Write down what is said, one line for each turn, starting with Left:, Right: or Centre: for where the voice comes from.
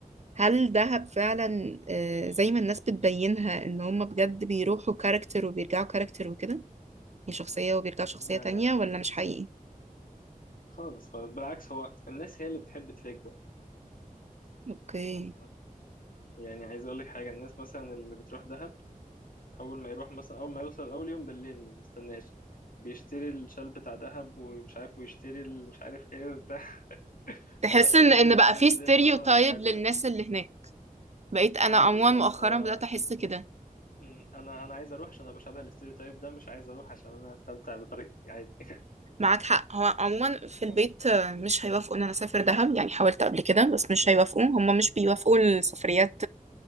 Right: هل
Left: لي
Right: دهب فعلا آه، زي ما الناس بتبينها ان هم بجد بيروحوا كاركتر وبيرجعوا كاركتر وكده يعني شخصية وبيرجعوا شخصية
Left: لا
Right: تانية
Left: لا لا
Right: ولا
Left: خالص
Right: مش حقيقي
Left: خالص خالص بالعكس هو الناس هي اللي بتحب تفيك ده
Right: اوكي
Left: تمام؟ يعني عايز اقول لك حاجه الناس مثلا اللي بتروح دهب اول ما يروح مثلا اول ما يوصل اول يوم بالليل ما بيستناش بيشتري الشال بتاع دهب ومش عارف ويشتري ال- مش عارف ايه وبتاع <laughs>
Right: تحس
Left: خلاص
Right: ان
Left: هينزل
Right: ان
Left: الستوري
Right: بقى في
Left: بالليل
Right: ستيريوتايب
Left: ان هو دهب
Right: للناس
Left: يعني
Right: اللي هناك بقيت انا
Left: اه
Right: عموما
Left: بالظبط
Right: مؤخرا
Left: هو
Right: بدأت احس كده
Left: م، انا انا عايز اروح عشان ابقى شبه الاستوريو تايب ده مش عايز اروح عشان انا هستمتع بطريقتي عادي <laughs>
Right: معاك حق هو عموما في البيت
Left: تمام؟
Right: آه، مش هيوافقوا ان انا اسافر دهب يعني حاولت قبل كده بس مش
Left: م،
Right: هيوافقوا هم مش بيوافقوا لسفريات